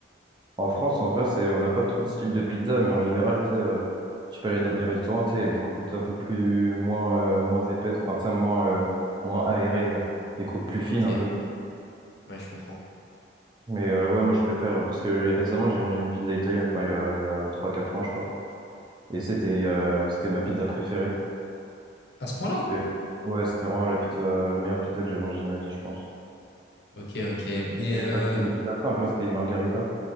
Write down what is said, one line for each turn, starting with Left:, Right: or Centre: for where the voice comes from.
Right: En France, en vrai, c'est on n'a pas trop de style de pizza, mais en général, tu sais, euh, tu peux aller dans des restaurants, tu sais, il y a des croûtes un peu plus moins euh, moins épaisses, enfin, tu sais, moins euh, moins aérées, euh, des croûtes plus
Left: Ok,
Right: fines un
Left: ouais,
Right: peu.
Left: je comprends.
Right: Mais euh, ouais, moi je préfère, parce que euh, récemment j'ai mangé une pizza italienne, enfin il y a, il y a trois quatre mois je crois, et c'était euh, c'était ma pizza préférée.
Left: À ce point-là?
Right: C'était- Ouais, c'était vraiment la pizza, la meilleure pizza que j'ai mangée de ma vie, je pense.
Left: Ok, ok. Mais
Right: Et
Left: euh,
Right: bah, c'était une pizza simple, hein, c'était une margarita,